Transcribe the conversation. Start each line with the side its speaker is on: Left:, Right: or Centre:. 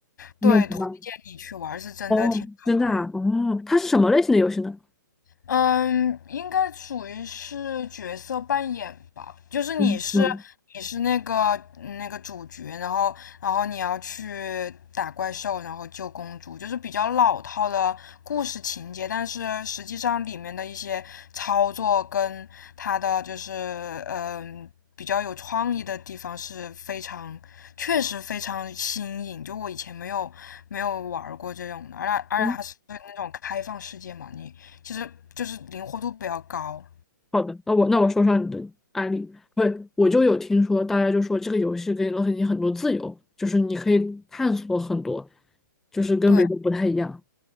Left: 对，
Centre: 你有玩吗？
Left: 推荐你去玩，是真的挺好玩。
Centre: 哦，真的啊，哦，它是什么类型的游戏呢？
Left: 嗯，应该属于是角色扮演吧，就是你是你是那个嗯那个主角，
Centre: 嗯嗯
Left: 然后然后你要去打怪兽，然后救公主，就是比较老套的故事情节，但是实际上里面的一些操作跟它的就是嗯比较有创意的地方是非常确实非常新颖，就我以前没有没有玩儿过这种的，而且而且它是那种开放世界嘛，
Centre: 嗯，
Left: 你。其实就是灵活度比较高。
Centre: 好的，那我那我说上你的案例，对，我就有听说，大家就说这个游戏给了你很多自由，就是你可以探索很多，就是跟别的不太一样。
Left: 对